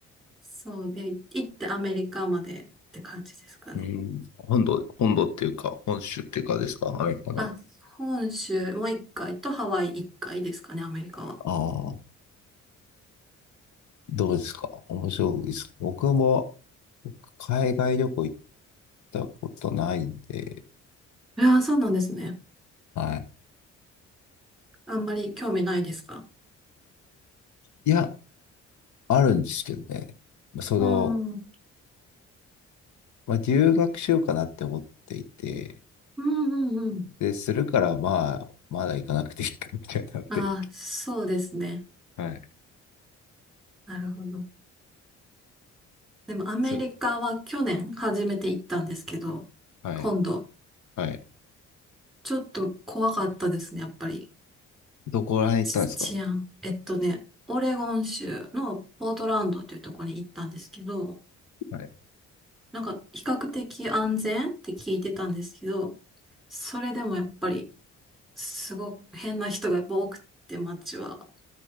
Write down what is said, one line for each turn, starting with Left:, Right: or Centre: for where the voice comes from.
Centre: そうで、行ってアメリカまでって感じですかね。
Left: うん。本土、本土っていうか、本州っていうかですかアメリカの。
Centre: あ、本州もう一回とハワイ一回ですかね、アメリカは。
Left: ああ、どうですか面白いです。僕も、僕海外旅行行ったことないんで、
Centre: いやー、そうなんですね。
Left: はい。
Centre: あんまり興味ないですか
Left: いや、あるんですけどね。その、
Centre: うん。うん
Left: まあ、留学しようかなって思っていて、
Centre: うんうん。
Left: で、するから、まあ、まだ行かなくていいかみたいになって。
Centre: ああ、そうですね。
Left: はい。
Centre: なるほど。でもアメリカは去年初めて行ったんですけど、
Left: そ、はい。
Centre: 今度、
Left: はい。
Centre: ちょっと怖かったですね、やっぱり。
Left: どこら辺行ったんですか
Centre: ち治安。えっとね、オレゴン州のポートランドというところに行ったんですけど、
Left: はい。
Centre: なんか比較的安全って聞いてたんですけど、それでもやっぱり、すごく変な人がやっぱ多くて街は。